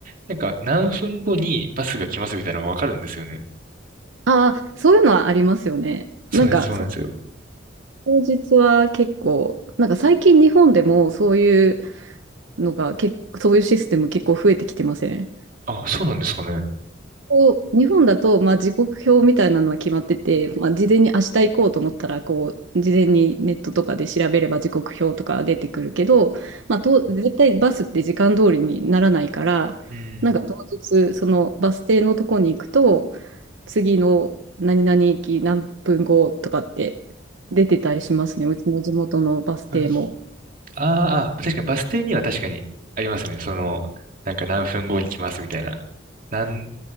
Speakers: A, on the right; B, on the right.
A: なんか何分後にバスが来ますみたいなのがわかるんですよね。
B: ああ、そういうのはありますよね。
A: そうです、
B: なんか、
A: そうなんですよ。
B: そ当日は結構、なんか最近日本でもそういうのが結構、そういうシステム結構増えてきてません
A: あ、そうなんですかね。
B: こう、日本だと、まあ、時刻表みたいなのは決まってて、まあ、事前に明日行こうと思ったら、こう、事前にネットとかで調べれば時刻表とか出てくるけど、まあ、と、絶対バスって時間通りにならないから、
A: うん。
B: なんか当日、そのバス停のとこに行くと、次の何々駅何分後とかって出てたりしますね。うちの地元のバス停も。
A: ああーあー、確かにバス停には確かにありますね。その、なんか何分後に来ますみたいな。何、